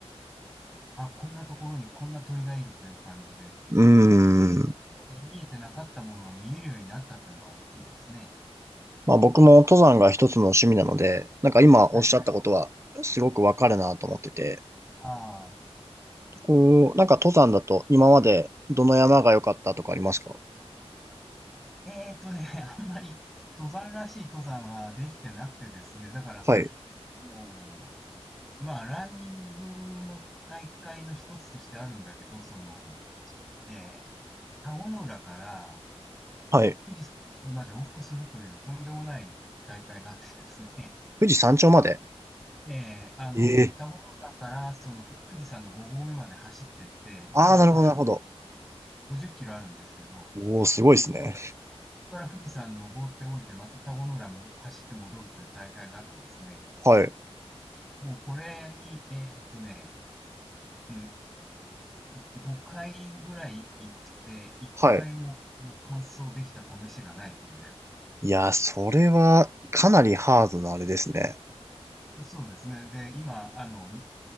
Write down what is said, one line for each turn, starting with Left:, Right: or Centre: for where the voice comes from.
Centre: あ、こんなところにこんな鳥がいるという感じで、
Right: うー
Centre: だこれまで見えてなかったものが見えるようになったっていうのは大きいですね。
Right: ん。まあ僕も登山が一つの趣味なので、なんか今おっしゃったことはすごくわかるなと思ってて、
Centre: はい。ああ、
Right: こう、なんか登山だと今までどの山が良かったとかありますか
Centre: えーっとね、<laughs> あんまり登山らしい登山はできてなくてですね、だから、
Right: はい。
Centre: もう、まあ、ランニングの大会の一つとしてあるんだけど、その、えー田子の浦から
Right: はい。
Centre: 富士山頂まで往復するというとんでもない大会があってですね、
Right: 富士山頂まで
Centre: <laughs> えーあの、
Right: ええ。
Centre: 田子の浦からそのふ富士山の5合目まで走ってって、
Right: ああ、
Centre: まあ、
Right: なるほど、
Centre: それで
Right: なるほど。
Centre: 50キロあるんですけど、
Right: おお、すごいですね。
Centre: そこから富士山登って降りて、また田子の浦も走って戻るという大会があってですね、
Right: はい。
Centre: もうこれに、えーっとね、うん、5回ぐらい行って、1回もこう完走できた試しがないとい
Right: はい。いやー、それは、かなりハードなあれですね。
Centre: う。<laughs> そうですね。で、今、あの、